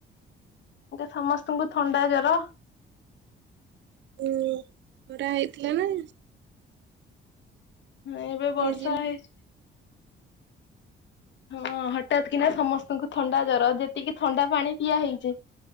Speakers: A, on the left; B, on the right.
A: ସମସ୍ତଙ୍କୁ ଥଣ୍ଡା ଜର
B: ଉଁ ଖରା ହେଇଥିଲା ନା
A: ହଁ ଏବେ ବର୍ଷା
B: ସେ
A: ହେଇଛି। ହଁ ହଠାତ୍ କିନା ସମସ୍ତଙ୍କୁ ଥଣ୍ଡା ଜର ଯେତିକି ଥଣ୍ଡା ପାଣି ପିଆ ହେଇଛି